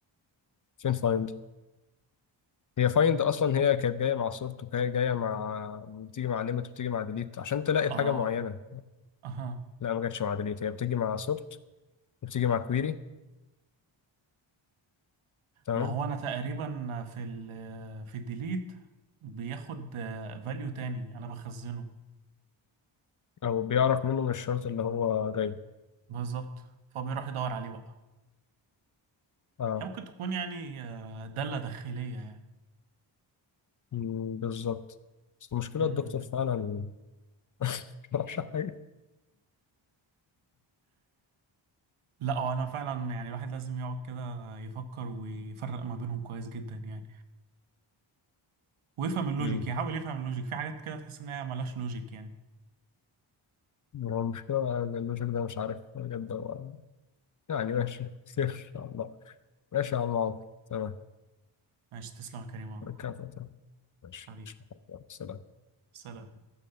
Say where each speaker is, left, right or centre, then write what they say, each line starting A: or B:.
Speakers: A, on the left; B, on the right.
A: فين find هي فايند اصلا هي كانت جايه مع صورته وهي جايه مع بتيجي مع ليميت وبتيجي مع ديليت عشان تلاقي
B: اه
A: حاجه معينه
B: اها
A: لا ما جاتش مع ديليت هي بتيجي مع سورت وبتيجي مع كويري تمام
B: ما هو انا تقريبا في ال في الديليت بياخد فاليو تاني انا بخزنه
A: او بيعرف منه من الشرط اللي هو جايبه
B: بالظبط فبيروح يدور عليه بقى
A: اه
B: هي ممكن تكون يعني آه، دالة داخلية يعني
A: مم، بالظبط بس المشكله
B: مم.
A: الدكتور فعلا <laughs> مش عارف حاجه
B: لا هو انا فعلا يعني الواحد لازم يقعد كده يفكر ويفرق ما بينهم كويس جدا يعني ويفهم اللوجيك
A: مم.
B: يحاول يفهم اللوجيك في حاجات كده تحس ان هي ملهاش لوجيك يعني
A: هو المشكله ان اللوجيك ده مش عارف بجد هو يعني ماشي <laughs> خير ان شاء الله ماشي يا عم عمرو تمام
B: ماشي تسلم يا كريم والله
A: ركبت تمام ماشي
B: حبيبي
A: مش
B: سلام